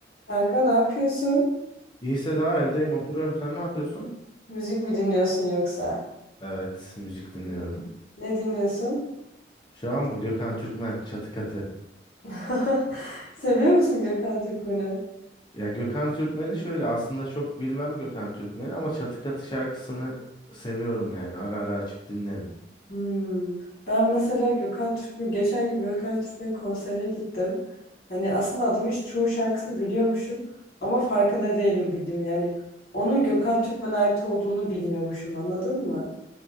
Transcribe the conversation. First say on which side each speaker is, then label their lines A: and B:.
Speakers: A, on the left (about 55°); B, on the left (about 25°).
A: Kanka ne yapıyorsun?
B: İyiyse daha evdeyim oturuyorum. Sen ne yapıyorsun?
A: Müzik mi dinliyorsun yoksa?
B: Evet müzik dinliyorum.
A: Ne dinliyorsun?
B: Şu an mı Gökhan Türkmen Çatı Katı.
A: <laughs> Seviyor musun Gökhan Türkmen'i?
B: Ya Gökhan Türkmen'i şöyle aslında çok bilmem Gökhan Türkmen'i ama Çatı Katı şarkısını seviyorum yani ara ara açıp dinlerim.
A: Hmm. Ben mesela Gökhan Türkmen, geçen gün Gökhan Türkmen konserine gittim. Hani aslında adamın hiç- çoğu şarkısını biliyormuşum ama farkında değilim bildim yani. Onun Gökhan Türkmen'e ait olduğunu bilmiyormuşum anladın mı?